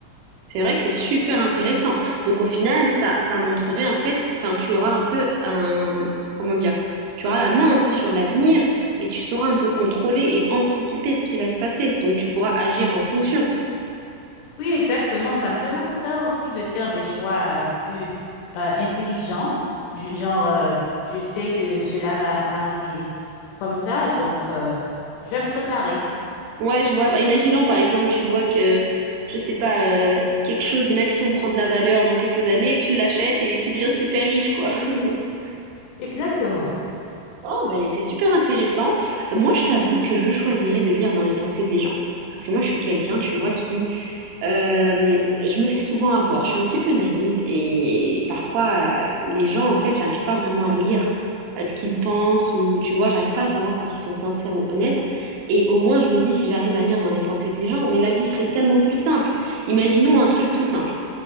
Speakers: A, on the right (about 90°); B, on the left (about 75°).
A: C'est vrai que c'est super intéressant. Donc au final, ça, ça montrerait en fait, enfin, tu auras un peu un, comment dire, tu auras la main un peu sur l'avenir et tu sauras un peu contrôler et anticiper ce qui va se passer. Donc tu pourras agir en fonction.
B: Oui, exactement. Ça me permettrait aussi de faire des choix euh, plus euh, intelligents. Ju- Genre, euh, je sais que cela va arriver comme ça, donc euh, je vais me préparer.
A: Ouais, je vois. Bah, Imaginons par exemple, tu vois que, je sais pas, euh, quelque chose, une action prend de la valeur dans quelques années, tu l'achètes et tu deviens super riche, quoi. <laughs>
B: Exactement.
A: Oh, ben, c'est super intéressant. Moi, je t'avoue que je choisirais de lire dans les pensées des gens. Parce que moi, je suis quelqu'un, tu vois, qui... euh, je me fais souvent avoir. Je suis un petit peu naïve et parfois, euh, les gens, en fait, j'arrive pas vraiment à lire euh, ce qu'ils pensent ou, tu vois, j'arrive pas à savoir quand ils sont sincères ou honnêtes. Et au moins, je me dis, si j'arrive à lire dans les pensées des gens, mais la vie serait tellement plus simple. Imaginons un truc tout simple.